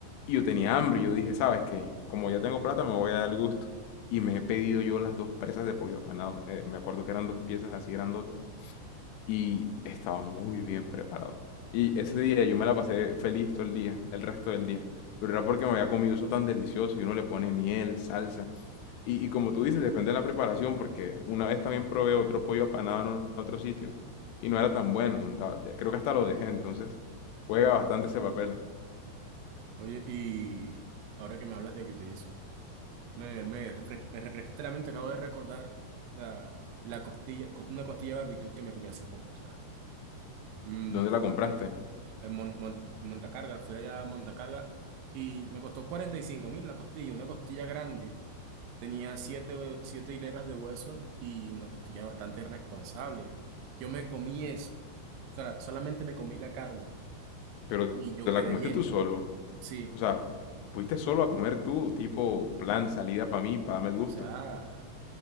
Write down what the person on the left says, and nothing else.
Y yo tenía hambre. Yo dije, ¿sabes qué? Como ya tengo plata, me voy a dar el gusto. Y me he pedido yo las dos presas de pollo apanado. eh, me acuerdo que eran dos piezas así grandotas y estaba muy bien preparado. Y ese día yo me la pasé feliz todo el día, el resto del día. Pero era porque me había comido eso tan delicioso y uno le pone miel, salsa. Y, y como tú dices, depende de la preparación, porque una vez también probé otro pollo apanado en o- otro sitio y no era tan bueno. no ta- ya- Creo que hasta lo dejé, entonces juega bastante ese papel.
¿Dónde
la compraste?
Pero
te
la comiste
tú solo.
O sea, fuiste solo a comer tú, tipo plan salida para mí, para darme el gusto.